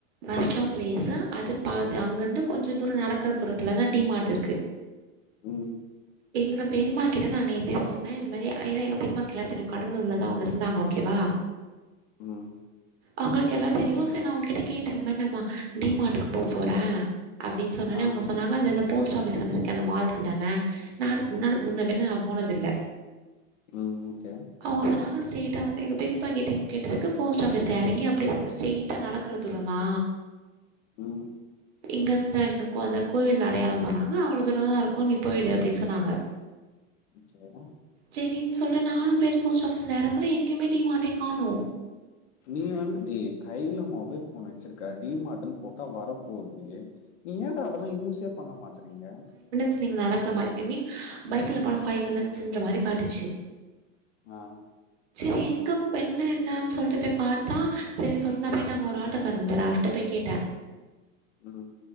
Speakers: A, on the right; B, on the left.
A: பஸ்டாப்பிளேஸா அது பாது அங்கந்து கொஞ்ச தூர நடக்ற தூரத்துலதா டி மார்ட் இருக்கு
B: ம்
A: எங்க பெரிமாகிட்ட நா நேத்தே சொன்னே இந்த மாரி ஏனா எங்க பெரிமாக்குல்லா தெரியு கடலூர்ல தா அவுங்க இருந்தாங்க ஓகேவா
B: ம்
A: அவுங்களுக்கு எல்லா தெரியு
B: ஓகே
A: செ நா அவுங்கிட்ட ட இந்த மாரி நம்ம டி மார்டுக்கு போ போறே அப்டின் சொன்னன்னே
B: ஆ
A: அவுங்க சொன்னாங் னது அது போஸ்ட் ஆஃபிஸாண்ட இருக்க அந்த மால்க்கு தானே நா அதுக் முன்னால முன்னபின்ன போனதில்ல
B: ம் ஓகே
A: அவுங்க சொன்னாங்க ஸ்டெயிட்டா வந்து எங்க பெரிப்பா கிட்டயூ கேட்டதுக்கு போஸ்ட் ஆஃபிஸ்ல எறங்கி அப்டியே ஸ்டெயிட்டா நடக்குற தூரந்தா
B: ம்
A: இங்கந்துதா எங்கக்கூ அந்தக் கோவில் அடையாள சொன்னாங்க அவ்ளோ தூரந்தா இருக்கூ நீ போயிடு அப்டி சொன்னாங்க
B: <unintelligible>
A: செரின் சொல்ட்டு நானு போயிட்டு போஸ்ட் ஆஃபீஸ்ல இறங்குறே எங்கயுமே டி மாட்டே காணூ
B: நீ வந்தட்டு கையில மொபைல் ஃபோன் வெச்சிருக்க டி மார்ட்டுன் போட்டா வரப்போது ஏன்டா அதெல்லா யூஸே பண்ண மாட்றீங்க
A: ஸ் நீங்க நடக்குற மாரி ஐ மீன் பைக்ல போனா ஃபை மினிட்ஸுன்ற மாரி காட்டிச்சு
B: ஆ
A: செரி எங்கப் என்ன என்னன் சொல்ட்டு போய் பாத்தா செரின் சொல்ட்டு நா போயிட்டு அங்க ஒரு ஆட்டோக்கார் இருந்தாரு அவர்ட்ட போய் கேட்டே
B: ம்